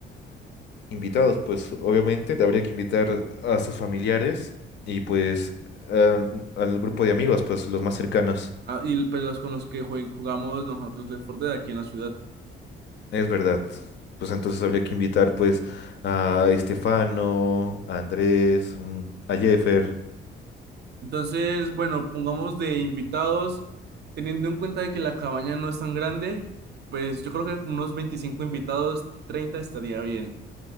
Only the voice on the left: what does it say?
Invitados, pues obviamente habría que invitar a sus familiares y pues al al grupo de amigos, pues los más cercanos.
Es verdad. Pues entonces habría que invitar pues a Estefano, a Andrés, mm, a Jeffer.